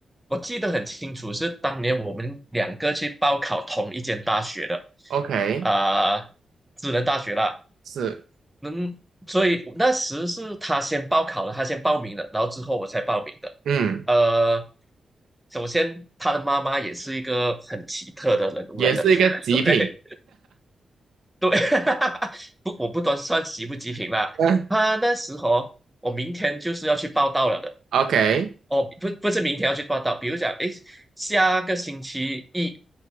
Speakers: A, in the centre; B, on the right.
A: 我记得很清楚，是当年我们两个去报考同一间大学的，
B: ，OK，
A: 啊、呃，智能大学啦。
B: 是，
A: 能，所以那时是他先报考了，他先报名了，然后之后我才报名的。
B: 嗯，
A: 呃，首先他的妈妈也是一个很奇特的人物来的，
B: 也是一个极品，
A: <laughs> o k 对，<laughs> 不，我不端算极不极品啦。
B: 嗯
A: 他那时候我明天就是要去报道了的，
B: ，OK，
A: 哦，不不是明天要去报道，比如讲，诶，下个星期一，